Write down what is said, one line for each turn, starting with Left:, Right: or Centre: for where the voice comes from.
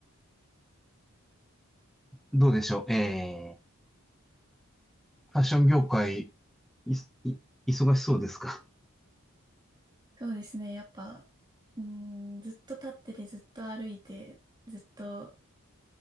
Centre: どうでしょう。えー、ファッション業界、い、い、忙しそうですか
Right: そうですね。やっぱ、うん、ずっと立ってて、ずっと歩いて、ずっと